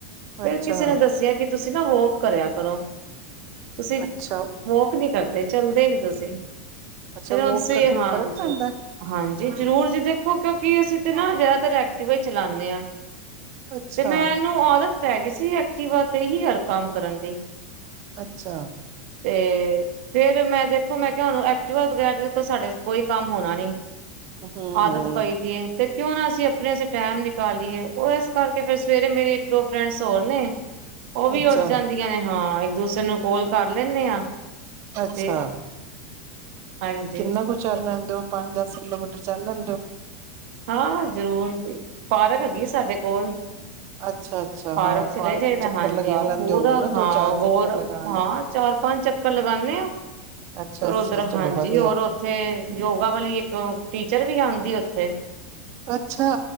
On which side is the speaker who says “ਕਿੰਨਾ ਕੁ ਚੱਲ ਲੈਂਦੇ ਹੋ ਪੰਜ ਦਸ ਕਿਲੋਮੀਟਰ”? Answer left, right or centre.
Right